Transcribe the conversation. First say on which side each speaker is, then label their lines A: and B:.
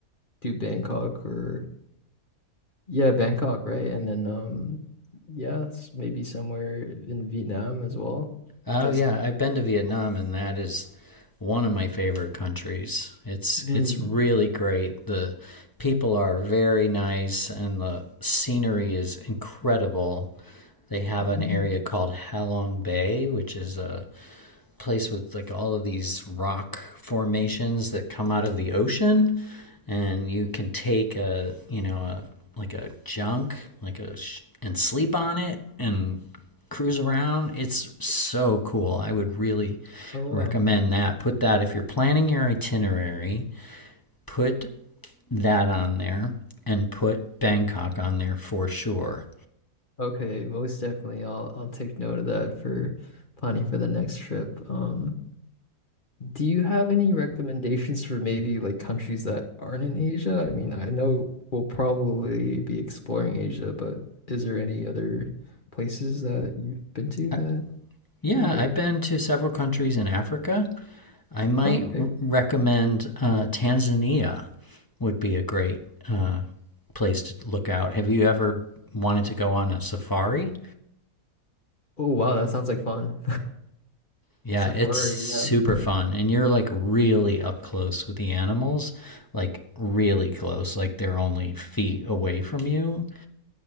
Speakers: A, on the left; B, on the left.
A: do Bangkok or yeah, Bangkok, right? And then um yeah, s- maybe somewhere in Vietnam as well
B: Oh
A: because
B: yeah,
A: like
B: I've been to Vietnam and that is one of my favorite countries. It's
A: mm,
B: it's really great. The people are very nice and the scenery is incredible. They have
A: mm.
B: an area called Halong Bay, which is a place with like all of these rock formations that come out of the ocean and you can take a you know a like a junk like a sh- and sleep on it and cruise around it's so cool i would really
A: Oh
B: recommend
A: wow.
B: that put that if you're planning your itinerary put that on there and put bangkok on there for sure
A: Okay, most definitely. I'll I'll take note of that for planning for the next trip. Um Do you have any recommendations for maybe like countries that aren't in Asia? I mean, I know we'll probably be exploring Asia, but is there any other places that you've been to
B: Uh,
A: that
B: yeah
A: you like?
B: i've been to several countries in africa I might
A: Oh, okay.
B: r- recommend uh, Tanzania would be a great uh, place to look out. Have you ever wanted to go on a safari?
A: Oh, wow, that sounds like fun.
B: Yeah,
A: <laughs> Safari,
B: it's super
A: yeah.
B: fun, and you're like really up close with the animals, like really close, like they're only feet away from you.